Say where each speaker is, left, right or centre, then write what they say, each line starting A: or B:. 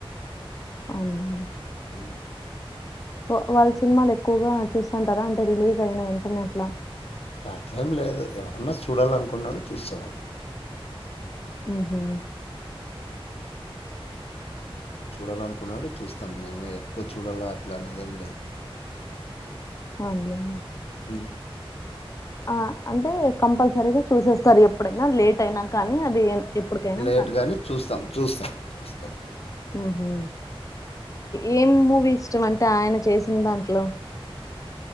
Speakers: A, on the left; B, on the left.
A: అవునులేండి
B: ఉమ్.
A: ఆ వాళ్ళ సినిమాలు ఎక్కువగా చూస్తుంటారా అంటే రిలీజ్ అయిన వెంటనే అట్లా
B: అట్లేం లేదు ఎవడన్నా చూడాలనుకున్నాడు చూస్తాం అట్
A: హుహు.
B: చూడాలనుకున్నాడు చూస్తాం మేమె ఎక్కువ చూడాల అట్ల అనేదేం లేదు
A: అవును లేండి
B: అ
A: ఆ అంటే కంపల్సరిగా చూసేస్తారు ఎప్పుడైనా లేట్ అయినా కానీ అది ఎన్- ఎప్పటికైనా
B: లేట్
A: కానీ.
B: గాని చూస్తాం చూస్తాం చూస్ ట్ల
A: ఉహు ఏం మూవీ ఇష్టం అంటే ఆయన చేసిన దాంట్లో